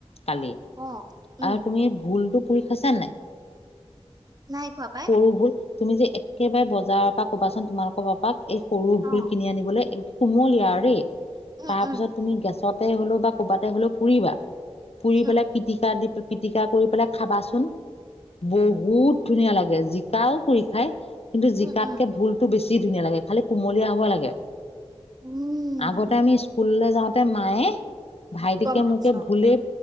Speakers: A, on the left; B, on the right.
A: কালি
B: অ', উম,
A: আৰু তুমি ভুলটো। পুৰি খাইছানে নাই?
B: নাই খোৱা পাই।
A: সৰু ভুল তুমি যে, একেবাৰে বজাৰৰ পৰা কবাচোন তোমালোকৰ পাপাক। এই সৰু
B: অ',
A: ভুল কিনি আনিবলৈ এক। কুমলীয়াৰে।
B: উম,
A: তাৰপিছত
B: উম,
A: তুমি গেছত। গেছতে হ'লেও বা ক'ৰবাতে হলেও পুৰিবা। পুৰি
B: উম,
A: পেলাই পিটিকা দি। পিটিকা কৰি পেলাই খাবাচোন বহুত। ধুনীয়া লাগে জিকাও পুৰি খাই। কিন্তু জিকাতকে
B: উম, উম,
A: ভুলটো বেছি। ছি ধুনীয়া লাগে খালি কুমলীয়া হ'ব লাগে।
B: উম,
A: আগতে আমি। স্কুললৈ যাওঁতে মায়ে। ভাইটিকে
B: গম পাইছো
A: মোকে
B: অ',
A: ভুলেই।